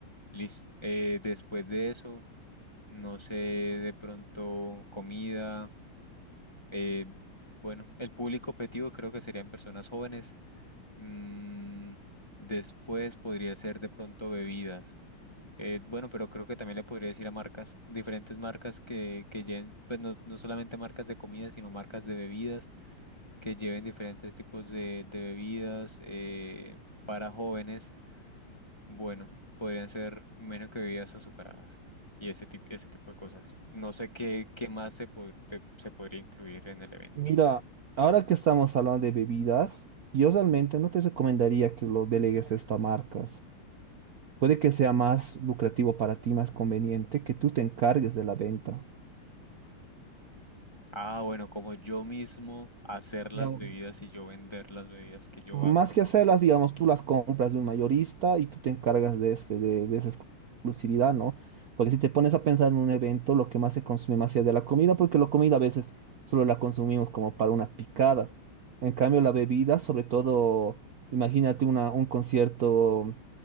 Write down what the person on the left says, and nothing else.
Listo. Eh, después de eso, no sé, de pronto comida. Eh, bueno, el público objetivo creo que serían personas jóvenes. Mm, después podría ser de pronto bebidas. Eh, bueno, pero creo que también le podría decir a marcas, diferentes marcas que, que lleven, pues no, no solamente marcas de comida, sino marcas de bebidas, que lleven diferentes tipos de, de bebidas eh, para jóvenes. Bueno, podrían ser menos que bebidas azucaradas y ese tipo, ese tipo de cosas. No sé qué, qué más se, po- te- se podría incluir en el evento.
Ah, bueno, como yo mismo hacer las
bebidas y yo vender las bebidas que yo
hago.